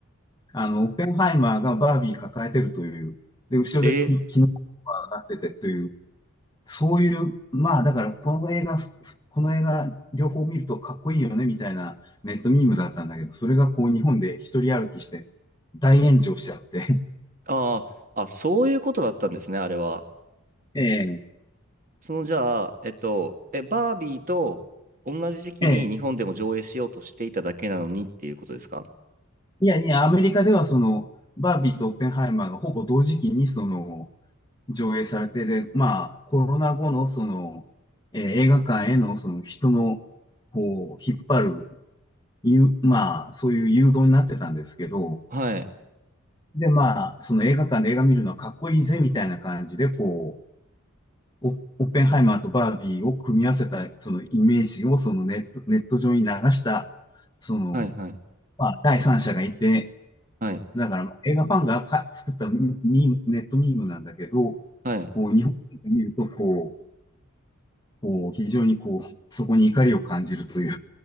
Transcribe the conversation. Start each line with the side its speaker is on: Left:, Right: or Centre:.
Left: あの、オッペンハイマーがバービー抱えてるという、で、後ろでキノコがなっててという、
Right: えー
Left: そういう、まあだからこの映画、ふこの映画両方見るとかっこいいよねみたいなネットミームだったんだけど、それがこう日本で一人歩きして大炎上しちゃって。<laughs>
Right: ああ、あ、そういうことだったんですね、あれは。
Left: ええ、
Right: その、じゃあ、えっと、え、バービーと同じ時期に日本でも上映しようとしていただけなのにっていうことですか
Left: ええ。いやいや、アメリカではその、バービーとオッペンハイマーがほぼ同時期にその、上映されて、で、まあ、コロナ後のその、えー映画館へのその人の、こう、引っ張る、いう、まあ、そういう誘導になってたんですけど、
Right: はい、
Left: で、まあ、その映画館で映画見るのはかっこいいぜ、みたいな感じで、こう、オオッペンハイマーとバービーを組み合わせた、そのイメージを、そのネット、ネット上に流した、その、
Right: はい、はい、
Left: まあ、第三者がいて、
Right: はい、
Left: だから、映画ファンがか作ったミーム、ネットミームなんだけど、
Right: はい。
Left: こう、日本で見ると、こう、こう、非常にこう、そこに怒りを感じるという。